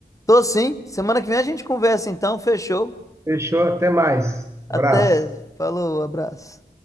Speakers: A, on the left (about 20°); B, on the right (about 15°).
A: Tô sim. Semana que vem a gente conversa então, fechou.
B: Fechou, até mais.
A: Até,
B: Abraço.
A: falou, abraço.